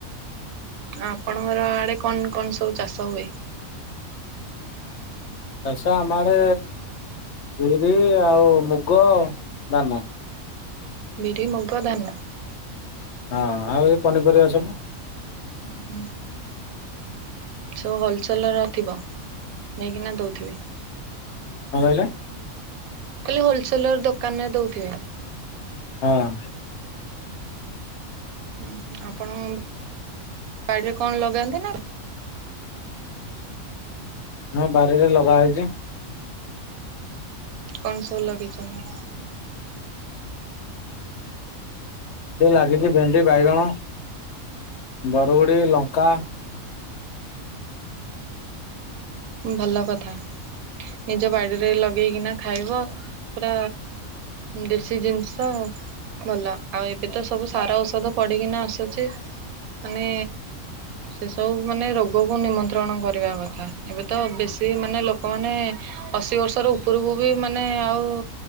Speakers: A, on the right; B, on the left.
A: ଆପଣଙ୍କର ଆଡେ କଣ କଣ ସବୁ ଚାଷ ହୁଏ?
B: ଚାଷ ଆମ ଆଡେ ବିରି ଆଉ ମୁଗ ଧାନ।
A: ବିରି ମୁଗ ଧାନ।
B: ହଁ ଆଉ ଏଇ ପନିପରିବା ସବୁ?
A: ଉଁ ହୁଁ। ସବୁ ହଲ୍ ଚଲର ଥିବ ନେଇକିନା ଦଉଥିବେ?
B: କଣ କହିଲେ?
A: ମୁଁ କହିଲି ହୋଲସେଲର ଦୋକାନରେ ଦଉଥିବେ?
B: ହଁ।
A: ହୁଁ ଆପଣ ବାଡିରେ କଣ ଲଗାନ୍ତି ନା?
B: ହଁ ବାରିରେ ଲଗା ହେଇଚି।
A: କଣ ସବୁ ଲଗେଇଚନ୍ତି?
B: ସେ ଲାଗିଚି ଭେଣ୍ଡି, ବାଇଗଣ, ବରଗୁଡି, ଲଙ୍କା।
A: ଭଲ କଥା ନିଜ ବାଡିରେ ଲଗେଇକିନା ଖାଇବ ପୁରା ଦେଶୀ ଜିନିଷ। ଭଲ ଆଉ ଏବେ ତ ସବୁ ସାର ଔଷଧ ପଡିକିନା ଆସୁଚି। ମାନେ ସେସବୁ ମାନେ ରୋଗକୁ ନିମନ୍ତ୍ରଣ କରିବା କଥା। ଏବେ ତ ବେଶୀ ମାନେ ଲୋକମାନେ ଅଶୀ ବର୍ଷର ଉପରକୁ ବି ମାନେ ଆଉ